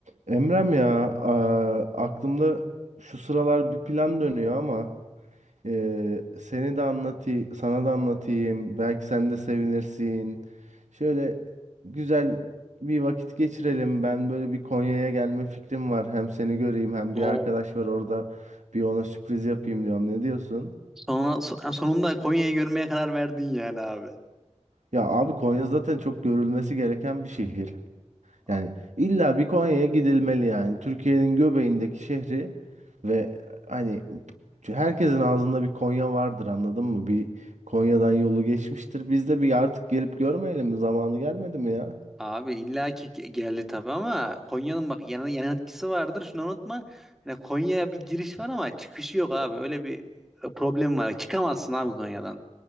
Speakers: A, on the right (about 85°); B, in the centre.
A: Emrem ya a- aklımda şu sıralar bir plan dönüyor ama e, seni de anlatayım, sana da anlatayım. Belki sen de sevinirsin. Şöyle güzel bir vakit geçirelim. Ben böyle bir Konya'ya gelme fikrim var. Hem seni göreyim hem
B: O
A: bir arkadaş var orada. Bir ona sürpriz yapayım diyorum. Ne diyorsun?
B: sonra so- sonunda Konya'yı görmeye karar verdin yani abi.
A: Ya abi Konya zaten çok görülmesi gereken bir şehir.
B: A-
A: Yani illa bir Konya'ya gidilmeli yani. Türkiye'nin göbeğindeki şehri ve hani herkesin ağzında bir Konya vardır anladın mı? Bir Konya'dan yolu geçmiştir. Biz de bir artık gelip görmeyelim mi? Zamanı gelmedi mi ya?
B: Abi illa ki ge- geldi tabii ama Konya'nın bak yan, yan etkisi vardır. Şunu unutma. Yani Konya'ya bir giriş var ama çıkışı yok abi. Öyle bir e, problem var. Çıkamazsın abi Konya'dan.